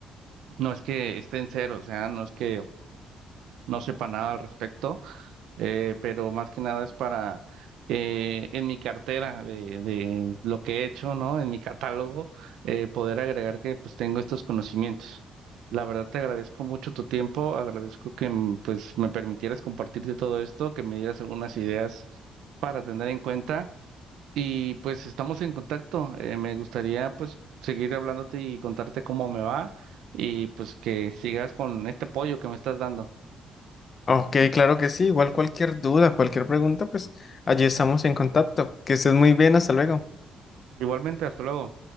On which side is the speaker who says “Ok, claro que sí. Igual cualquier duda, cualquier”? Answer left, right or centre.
Left